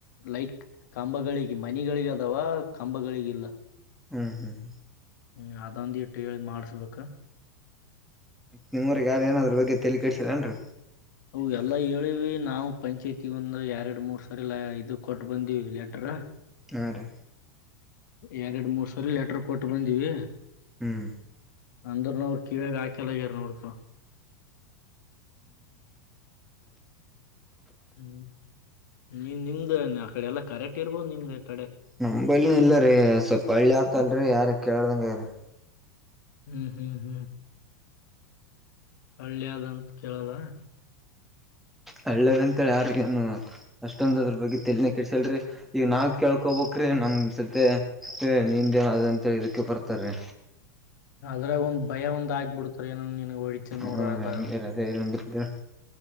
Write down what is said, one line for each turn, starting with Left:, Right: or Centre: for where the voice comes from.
Left: ಲೈಟ್ ಕಂಬಗಳಿಗೆ ಮನಿಗಳಿಗೆ ಅದಾವ ಕಂಬಗಳಿಗಿಲ್ಲ
Centre: ಹ್ಮ್ ಹ್ಮ್
Left: ಹ್ಮ್ ಅದೊಂದ್ ಇಟ್ಟಿ ಹೇಳಿ ಮಾಡಸ್ಬೇಕ
Centre: ನಿಮ್ಮೂರಗೆ ಯಾರು ಏನಾದದ್ರ ಬಗ್ಗೆ ತೆಲಿ ಕಳಿಸಿಲ್ಲೇನ್ರ
Left: ಅ ಎಲ್ಲಾ ಹೇಳಿವಿ ನಾವು ಪಂಚಾಯ್ತಿ ಒಂದು ಎರಡು ಮೂರ್ ಸರಿ ಇದು ಕೊಟ್ಟ ಬಂದಿವಿ ಲೆಟ್ರ
Centre: ಹಾ ರೀ
Left: ಎರಡ್ ಮೂರ್ ಸರಿ ಲೆಟರ್ ಕೊಟ್ಟು ಬಂದಿವಿ
Centre: ಹ್ಮ್
Left: ಅಂದ್ರ ನೋಡು ಕಿವ್ಯಾಗ ಹಾಕಲ್ಲ ಯಾರ ನೋಡ್ಪ ಹ್ಮ್ ನೀ ನಿಮ್ದ ಆ ಕಡೆ ಎಲ್ಲಾ ಕರೆಕ್ಟ್ ಇರ್ಬೋದು ನಿಮ್ದ ಆ ಕಡೆ
Centre: ನಂಬಳ್ಳಿ ಇಲ್ಲರಿ ಸ್ವಲ್ಪ ಹಳ್ಳಿ ಆಗ್ತಲ್ರಿ ಯಾರ ಕೇಳದಂಗೆ ಅದ್ರಿ
Left: ಹ್ಮ್ ಹ್ಮ್ ಹ್ಮ್ ಹಳ್ಳಿ ಯಾದಂತ ಕೇಳಲ್ಲ
Centre: ಹಳ್ಳಿಅದೆಂತೆ ಯಾರಿಗೇನು ಅಷ್ಟೊಂದ ಅದ್ರ ಬಗ್ಗೆ ತಲಿನೆ ಕೆಟ್ಸಲ್ರರಿ ಈಗ ನಾವ್ ಕೇಳ್ಕೊಬೇಕ್ ರಿ ನಮ್ ಸದ್ದೇ ಏ ನೀನ್ <unintelligible> ಅಂತ ಇದಕ್ಕೆ ಬರ್ತಾರೆ
Left: ಅದ್ರಾಗ ಒಂದ್ ಭಯ ಒಂದ್ ಆಗ್ಬಿಡ್ತಾರ ಏನೊ ನಿನ್ಗ್ ಹೊಡಿತ
Centre: ಹ
Left: ನೋಡು ಅದ
Centre: ಹಂಗೇರ ಅದೇ ಬಿದ್ದ